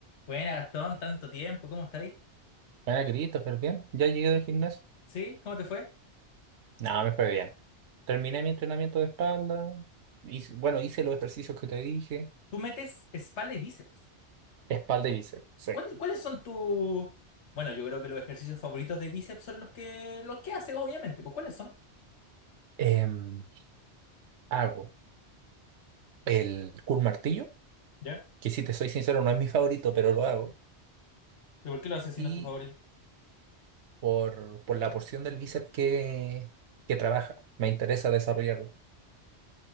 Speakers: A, on the left; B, on the right.
A: Buena, Gastón, tanto tiempo, ¿cómo estás ahí?
B: Buena, Christopher, bien. Ya llegué del gimnasio.
A: ¿Sí? ¿Cómo te fue?
B: No, me fue bien. Terminé mi entrenamiento de espalda. Hice- bueno, hice los ejercicios que te dije.
A: Tú metes espalda y bíceps.
B: Espalda y bíceps. Sí.
A: ¿Cuál- ¿cuáles son tus...? Bueno, yo creo que los ejercicios favoritos de bíceps son los que, los que haces, obviamente. Pues, ¿cuáles son?
B: Em, hago el curl martillo,
A: ¿Ya?
B: que si te soy sincero, no es mi favorito, pero lo hago.
A: ¿Y por qué los haces si
B: Y
A: no es tu favorito?
B: por, por la porción del bíceps que, que trabaja, me interesa desarrollarlo.